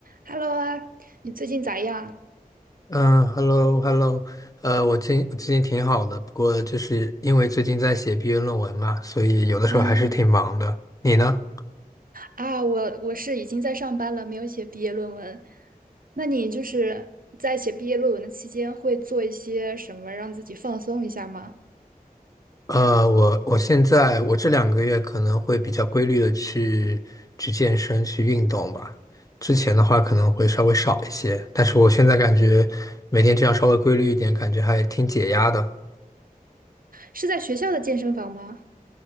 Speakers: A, on the right (about 65°); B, on the left (about 20°).
A: Hello 啊，你最近咋样？
B: 嗯，hello，hello，呃，我今最近挺好的，不过就是因为最近在写毕业论文嘛，所以有的时候还是挺忙的。
A: 啊
B: 你呢？
A: 啊，我我是已经在上班了，没有写毕业论文。那你就是在写毕业论文的期间，会做一些什么让自己放松一下吗？
B: 呃，我我现在我这两个月可能会比较规律的去去健身去运动吧，之前的话可能会稍微少一些，但是我现在感觉每天这样稍微规律一点，感觉还挺解压的。
A: 是在学校的健身房吗？